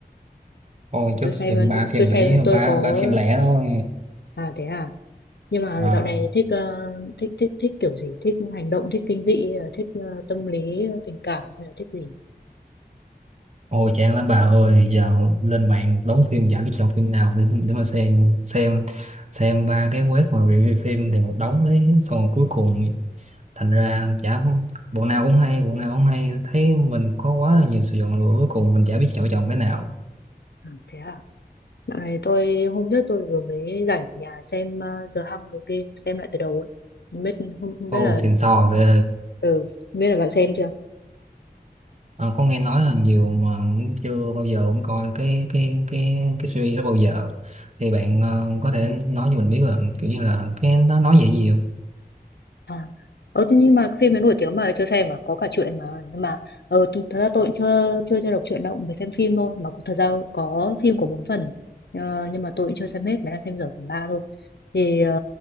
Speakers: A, on the right; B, on the left.
A: Ôi
B: Để
A: trước
B: tôi xem
A: xem ba phim
B: tôi xem
A: Mỹ
B: tôi
A: ba
B: có
A: ba phim lẻ đó
B: à thế à? nhưng mà
A: ờ,
B: dạo này thích ờ, thích thích thích kiểu gì thích hành động thích kinh dị thích ờ, tâm lý tình cảm hay là thích gì
A: Ôi chán lắm bà ơi giờ lên mạng đóng phim chả biết chọn phim nào để, để mà xem xem xem ba cái web mà review phim thì một đống đấy xong rồi cuối cùng thành ra chả bộ nào cũng hay bộ nào cũng hay thấy mình có quá là nhiều sự chọn lựa cuối cùng mình chả biết chọn chọn cái nào
B: à, thế à dạo này tôi hôm trước tôi vừa mới rảnh ở nhà xem ờ, The Hunger Games xem lại từ đầu ấy không biết không, không biết
A: ô
B: là
A: xịn sò
B: ờ,
A: ghê
B: ừ, không biết là bạn xem chưa
A: Ờ, có nghe nói là nhiều mà cũng chưa bao giờ cũng coi cái cái cái cái series đó bao giờ thì bạn ờ, có thể nói cho mình biết là kiểu như là cái nó nói về cái gì không
B: à ờ thế nhưng mà phim ấy nổi tiếng mà chưa xem mà có cả truyện mà nhưng mà ờ th- thật ra tôi cũng chưa chưa chưa đọc truyện đâu mới xem phim thôi mà cũng- thật ra có phim có bốn phần Ờ, nhưng mà tôi cũng chưa xem hết mới đang xem dở phần ba thôi thì ờ,